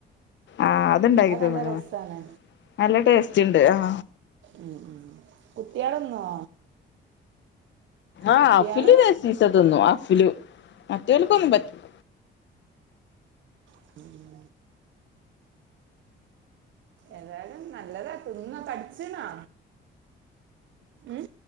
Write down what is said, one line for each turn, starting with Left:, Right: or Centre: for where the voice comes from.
Left: ആഹ അത്ണ്ടാക്കിതന്ന്ക്ണ്
Right: അത് നല്ല രസമാണ്
Left: നല്ല ടേസ്റ്റണ്ട് ആഹ
Right: ഉം ഉം കുട്ടികളന്നോ
Left: ആഹ
Right: കുട്ടികള്
Left: ആഫില് ലെസീസ തിന്നും ആഫില് മറ്റൊൾക്കൊന്നും പറ്റില്ല
Right: <inaudible> ഏതായാലും നല്ലതാ തിന്ന തടിച്ചണാ ഉം